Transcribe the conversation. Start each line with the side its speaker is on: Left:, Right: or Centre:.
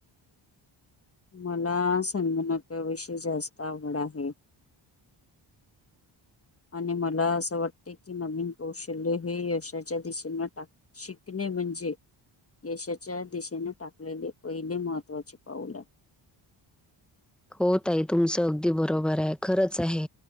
Left: मला संगणकाविषयी जास्त आवड आहे आणि मला असं वाटते की नवीन कौशल्य हे यशाच्या दिशेनं टाक शिकणे म्हणजे यशाच्या दिशेने टाकलेले पहिले महत्त्वाचे पाऊल आहे.
Centre: हो ताई तुमचं अगदी बरोबर आहे खरंच आहे.